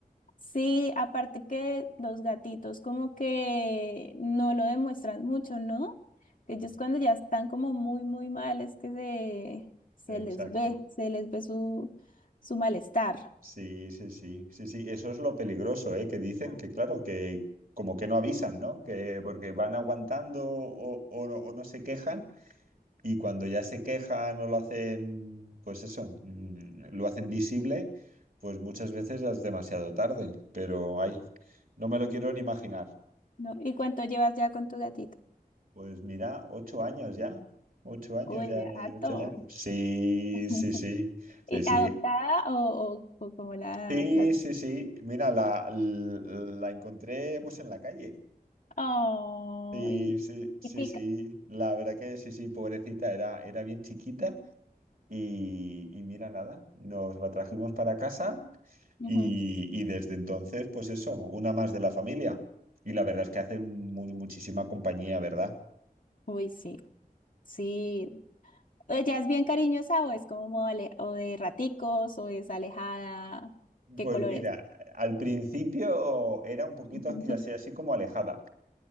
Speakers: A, on the left; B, on the right.
A: Sí, aparte que los gatitos como que no lo demuestran mucho, ¿no? Ellos
B: Mm.
A: cuando ya están como muy, muy mal es que se, se
B: Exacto.
A: les ve, se les ve su, su malestar,
B: Sí, sí, sí, sí, sí, eso es lo peligroso, ¿eh? Que dicen
A: Ajá.
B: que, claro, que como que no avisan, ¿no? Que porque van aguantando o, o no, o no se quejan y cuando ya se quejan o lo hacen, pues eso, mm, lo hacen visible, pues muchas veces ya es demasiado tarde, pero ay, no me lo quiero ni imaginar.
A: ¿no? ¿Y cuánto llevas ya con tu gatito?
B: Pues mira, ocho años ya. Ocho años
A: Uy,
B: ya,
A: ya
B: ya,
A: harto.
B: ya, ocho años. Sí,
A: <laughs>
B: sí, sí, sí,
A: ¿Y
B: sí,
A: adoptada o, o, o como la,
B: sí,
A: la...
B: sí, sí. Mira, la, l- la encontré pues en la calle.
A: Ay,
B: Sí, sí, sí,
A: Y tica.
B: sí. La verdad que sí, sí, pobrecita, era, era bien chiquita y, y mira, nada, nos la trajimos para casa
A: Ujú.
B: y, y desde entonces, pues eso, una más de la familia. Y la verdad es que hacen mu- muchísima compañía, ¿verdad?
A: Uy, sí, sí. ¿Ella es bien cariñosa o es como ale- o de raticos o es alejada? ¿Qué
B: Pues
A: colores?
B: mira, al principio era un poquito
A: <laughs>
B: así, así así como alejada,